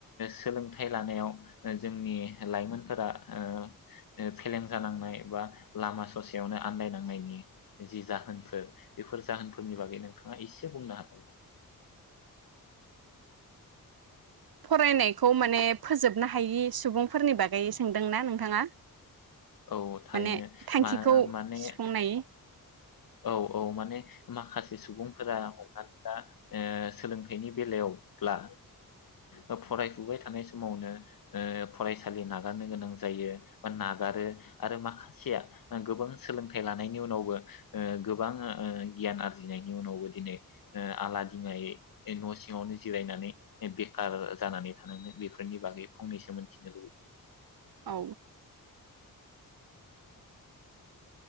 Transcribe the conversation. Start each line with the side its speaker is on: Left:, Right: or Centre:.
Left: सोलोंथाइ लानायाव जोंनि लाइमोनफोरा ओ फेलें जानांनाय बा लामा ससेयावनो आन्दायनांनायनि जि जाहोनफोर बेफोर जाहोनफोरनि बागै नोंथाङा एसे बुंनो हागोन नामा
Right: फरायनायखौ माने फोजोबनो हायि सुबुंफोरनि बागै सोंदोंना नोंथाङा
Left: औ थारैनो
Right: माने थांखिखौ
Left: मा माने
Right: सुफुंनाय
Left: औ औ माने माखासे सुबुंफोरा हमनानै दा ओ सोलोंथाइनि बेलायावब्ला ओ फरायफुबाय थानाय समावनो ओ फरायसालि नागारनो गोनां जायो बा नागारो आरो माखासेया गोबां सोलोंथाइ लानायनि उनावबो ओ गोबां ओ गियान आरजिनायनि उनावबो दिनै ओ आलादिङायै न सिङावनो जिरायनानै बेखार जानानै थानांदों बेफोरनि बागै फंनैसो मोनथिनो लुबैदों
Right: औ